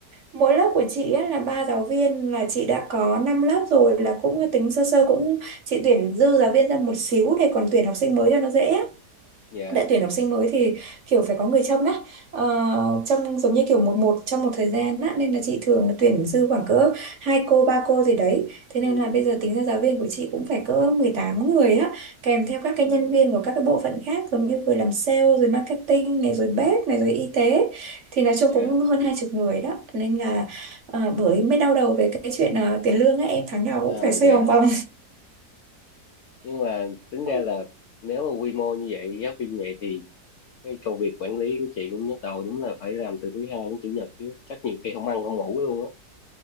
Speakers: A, on the right; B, on the left.
A: mỗi lớp của chị á, là ba giáo viên là chị đã có 5 lớp rồi là cũng tính sơ sơ cũng chị tuyển dư giáo viên ra một xíu để còn tuyển học sinh mới cho nó dễ
B: dạ
A: đã tuyển học sinh mới thì kiểu phải có người trông á ờ, trông giống như kiểu một một trong một thời gian á nên là chị thường là tuyển dư khoảng cỡ hai cô ba cô gì đấy thế
B: ừ
A: nên là bây giờ tính ra giáo viên của chị cũng phải cỡ 18 người á kèm theo các
B: ờ,
A: cái nhân viên của các cái bộ phận khác giống như vừa làm sale rồi marketing này rồi bếp này rồi y tế thì nói chung
B: dạ
A: cũng hơn hai chục người đó nên là ờ, bởi mới đau đầu về cái chuyện ờ, tiền lương á em tháng nào
B: à
A: cũng phải xoay
B: dạ
A: vòng vòng
B: nhưng mà tính ra
A: <laughs>
B: là nếu mà quy mô như vậy giáo viên như vậy thì cái công việc quản lý của chị cũng nhức đầu đúng là phải làm từ thứ hai đến chủ nhật chứ chắc nhiều khi không ăn không ngủ luôn á